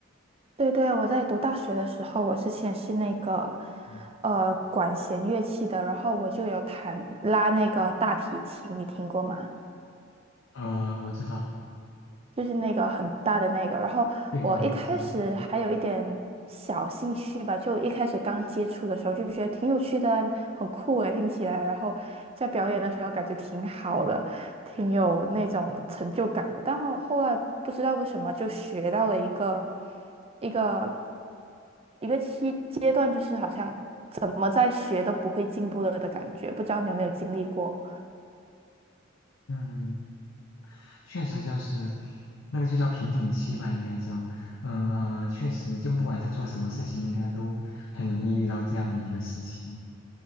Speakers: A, on the right (about 30°); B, on the left (about 90°).
A: 对对，我在读大学的时候，我之前是那个
B: 嗯，
A: 呃管弦乐器的，然后我就有弹拉那个大提琴，你听过吗？
B: 呃，我知道，
A: 就是那个很大的那个。然后我一开始还有一点小兴趣吧，
B: 对对对，我知道。嗯
A: 就一开始刚接触的时候就觉得挺有趣的啊，很酷诶，听起来。然后在表演的时候感觉挺好的，挺有那种成就感的。但我后来不知道为什么就学到了一个一个一个期阶段，就是好像怎么在学都不会进步了的感觉。不知道你有没有经历过？
B: 嗯。确实就是那个就叫瓶颈期吧，应该叫，嗯、呃确实就不管是做什么事情，应该都很容易遇到这样的一个时期。